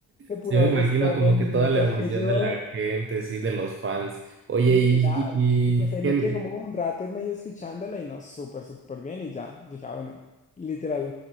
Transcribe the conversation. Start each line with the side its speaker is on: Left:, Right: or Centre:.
Left: se pudo
Right: sí me
Left: haber
Right: imagino
Left: hospedado
Right: como
Left: en el mismo
Right: que toda
Left: hotel
Right: la emoción
Left: que yo,
Right: de la gente, sí, de los fans. Oye,
Left: literal.
Right: y, y,
Left: Y pues ahí
Right: y gen-
Left: me quedé como un rato medio escuchándola y no, súper, súper bien y ya. Dije, ah, bueno, literal,